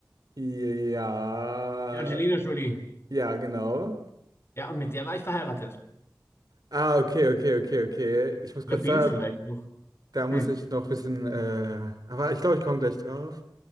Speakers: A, on the right (about 65°); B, on the left (about 35°).
A: Ja,
B: Die Angelina Jolie.
A: ja, genau.
B: Ja, und mit der war ich verheiratet.
A: Ah, okay, okay, okay, okay. Ich muss kurz
B: Oder bin's
A: da,
B: vielleicht noch.
A: da muss
B: Hm.
A: ich noch ein bisschen, äh, aber ich glaube, ich komme gleich drauf.